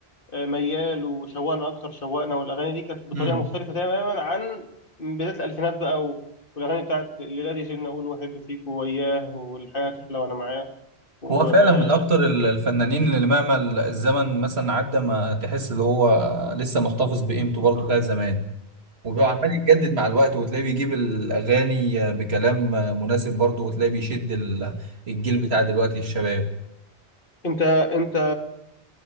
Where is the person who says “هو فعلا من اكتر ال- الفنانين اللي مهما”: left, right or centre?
Right